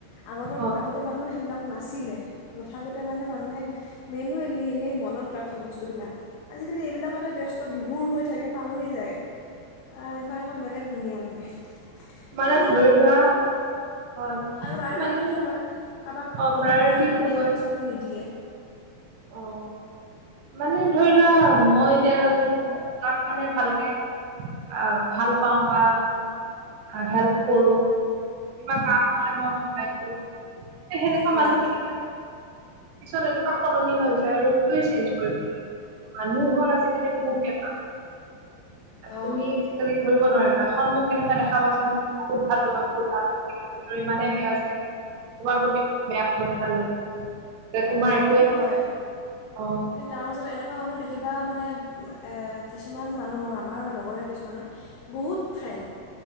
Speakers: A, on the left (about 80°); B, on the right (about 75°).
A: আগতৰ
B: অ
A: আগতে মানুহ সেইবিলাক নাছিলে নাথাকোঁতে মানে মানুহে মেনুৱেলি এনেই মনত ৰাখে বস্তুবিলাক আজিকালি এইবিলাকতে ব্যস্ত বিভুৰ হৈ থাকে পাহৰি যায় সেইখন এখন বেলেগ দুনীয়া মানে <unintelligible>
B: মানে ধৰি লোৱা হয়
A: আৰু প্ৰায়ৰিটিটো
B: মানুহ
A: হয় কাবাক
B: অ
A: বহুত
B: প্ৰায়ৰিটিটো
A: প্ৰায়ৰিটি দিয়ে
B: হয়
A: কিছুমানক নিদিয়ে
B: অ মানে ধৰি লোৱা মই এতিয়া তাক মানে ভালকে আহ ভাল পাওঁ বা হেল্প কৰো কিবা কাম হলে মই সহায় কৰো সেনেকুৱা
A: উম,
B: মানুহখিনি পিছত এনেকুৱা সলনি হৈ যায় ৰূপটোৱে চেঞ্জ কৰি পেলায় মানুহ হল আজিকালি তোমোক দেখাম
A: অ',
B: তুমি আজিকালি ধৰিব নোৱাৰিবা এখন মুখ দেখা পা যেন বহুত ভাল তোমাৰ বহুত ভাল সেই সেইটো ইমানেই বেয়া যে তোমাৰ প্ৰতি বেয়া <unintelligible> লৈ থাকে যে
A: অঁ
B: তোমাৰ
A: সেইটোতো
B: একোৱে
A: হয়
B: অ'
A: কিন্তু তাৰপাছত এনেকুৱা মানুহ দেখিবা মানে কিছুমান মানুহৰ আমাৰ লগৰে কিছুমানৰ বহুত ফ্ৰেণ্ড